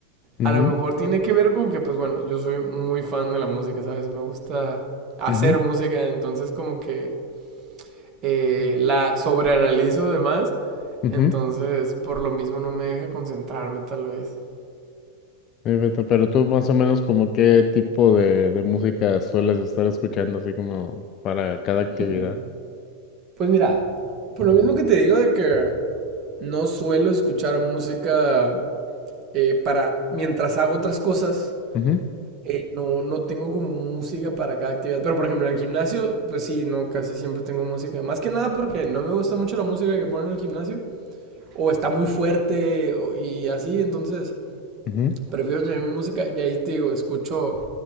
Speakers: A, on the left (about 35°); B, on the right (about 30°).
A: Ujú,
B: A lo mejor tiene que ver con que, pues bueno, yo soy muy fan de la música, ¿sabes? Me gusta hacer
A: ujú,
B: música, entonces como que eh, la sobreanalizo de más.
A: ujú.
B: Entonces, por lo mismo no me deja concentrarme tal vez.
A: Eh, Beto, Pero tú más o menos como qué tipo de, de música sueles estar escuchando así como para cada actividad.
B: Mm. Pues mira, por lo mismo que te digo de que no suelo escuchar música eh, para mientras hago otras cosas,
A: Ujú,
B: eh, no, no tengo como música para cada actividad. Pero por ejemplo, en el gimnasio, pues sí, no, casi siempre tengo música. Más que nada porque no me gusta mucho la música que ponen en el gimnasio, o está muy fuerte o- y así, entonces
A: ujú,
B: prefiero tener mi música y ahí te digo, escucho,